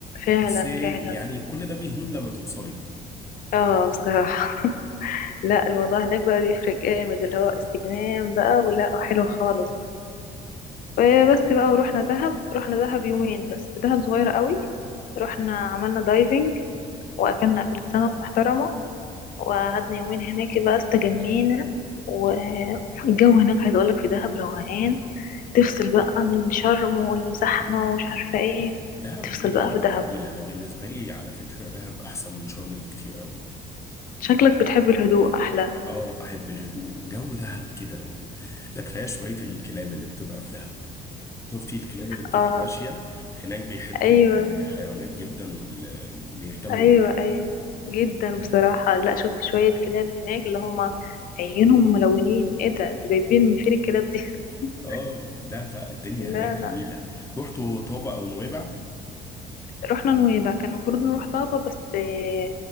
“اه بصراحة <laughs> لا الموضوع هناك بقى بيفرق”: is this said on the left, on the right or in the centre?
Left